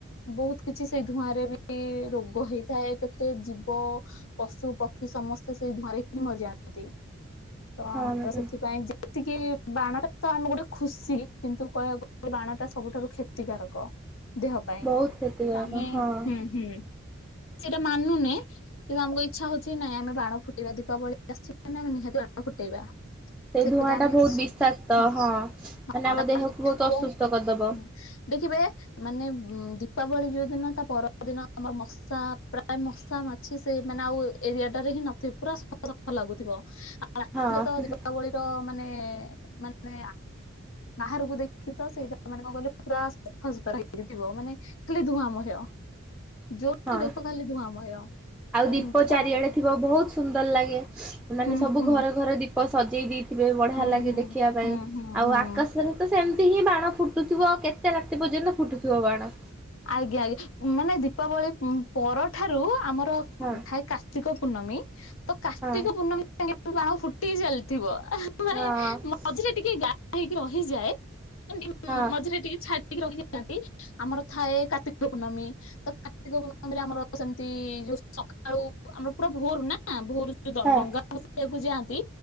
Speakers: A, on the left; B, in the centre.
A: ବହୁତ କିଛି ସେଇ ଧୂଆଁ ରେ ବି ରୋଗ ହେଇଥାଏ କେତ ଏ ଜୀବ ପଶୁ, ପକ୍ଷୀ ସମସ୍ତେ ସେଇ ଧୂଆଁରେ ହିଁ ମରିଯାଆନ୍ତି। ତ
B: ହଁ
A: ଆମର
B: ମ୍ୟାଡ଼ାମ
A: ସେଥିପାଇଁ ଜା ଟିକିଏ ବାଣଟା ତ ଆମେ ଗୋଟେ ଖୁସି କିନ୍ତୁ କହିବାକୁ ଗଲେ ବାଣଟା ସବୁଠାରୁ କ୍ଷତିକାରକ। ଦେହ ପାଇଁ
B: ବହୁତ କ୍ଷତିକାରକ
A: ଆମେ
B: ହଁ
A: ହୁଁ ହୁଁ। ସେଇଟା ମାନୁନେ କିନ୍ତୁ ଆମକୁ ଇଛା ହଉଛି ନାଇଁ ଆମେ ବାଣ ଫୁଟେଇବା ଦୀପାବଳି ଆସିଚି ମାନେ ଆମେ ନିହାତି ବା ଫୁଟେଇବା
B: ସେଇ
A: ତ ସେଇଟା
B: ଧୂଆଁ
A: ଆମେ
B: ଟା
A: ହଁ
B: ବହୁତ ବିଷାକ୍ତ ମାନେ ଆମ ଦେହକୁ ବହୁତ ଅସୁସ୍ଥ
A: <inaudible>
B: କରିଦବ
A: ଦେଖିବେ ମାନେ ଦୀପାବଳି ଯୋଉ ଦିନ ତା ପରଦିନ ଆମର ମଶା ପ୍ରାୟ ମଶା ମାଛି ସେ ମାନେ ଆଉ ଏରିଆ ଟାରେ ହିଁ ନଥିବ ପୁରା ସଫା ସଫା ଲାଗୁଥିବ ରାତିରେ
B: ହଁ
A: ତ ଦୀପାବଳିର ମାନେ ମାନେ ବାହାରକୁ ଦେଖି ତ ସେଇଟା ମାନେ କଣ କହିଲେ ପୁରା ସଫାସୁତରା ଲାଗିଥିବ ମାନେ ଖାଲି ଧୂଆଁମୟ ଯୋଉଠି
B: ହଁ
A: ଦେଖ ଖାଲି ଧୂଆଁମୟ।
B: ଆଉ
A: ତ
B: ଦୀପ
A: ଏମିତି
B: ଚାରିଆଡେ
A: କଣ
B: ଥିବ ବହୁତ ସୁନ୍ଦର ଲାଗେ ମାନେ
A: ହୁଁ
B: ସବୁ
A: ହୁଁ
B: ଘରେ ଘରେ ଦୀପ ସଜେଇ ଦେଇ ଥିବେ ବଢିଆ
A: ହୁଁ ହୁଁ
B: ଲାଗେ ଦେଖିବା ପାଇଁ
A: ହୁଁ ହୁଁ
B: ଆଉ
A: ହୁଁ।
B: ଆକାଶରେ ତ ସେମିତି ହିଁ ବାଣ ଫୁଟୁ ଥିବ କେତେ ରାତି ପର୍ଯ୍ୟନ୍ତ ଫୁଟୁଥିବ ବାଣ।
A: ଆଜ୍ଞା ଆଜ୍ଞା ମାନେ ଦୀପାବଳି ପରଠାରୁ ଆମର
B: ହଁ
A: ଥାଏ କାର୍ତ୍ତିକ ପୂର୍ଣ୍ଣମୀ। ତ କାର୍ତ୍ତିକ
B: ହଁ
A: ପୂର୍ଣ୍ଣମୀ ସାଙ୍ଗ ବାଣ ଫୁଟି ଚାଲିଥିବ ମାନେ
B: ହଁ
A: ମଝିରେ ଟିକେ ହେଇକି ରହିଯାଏ ଏ
B: ହଁ
A: ମଝିରେ ଟିକେ ରହିଯାଇଥାନ୍ତି ଆମର ଥାଏ କାର୍ତ୍ତିକ ପୂର୍ଣ୍ଣମୀ ତ କାର୍ତ୍ତିକ ପୂର୍ଣ୍ଣମୀରେ ଆମର ସେମିତି ଯୋଉ ସକାଳୁ ଆମର ପୁରା ଭୋର ନା ଭୋର ଯଉ
B: ହଁ
A: ଡଙ୍ଗା ଭସେଇବାକୁ ଯାଆନ୍ତି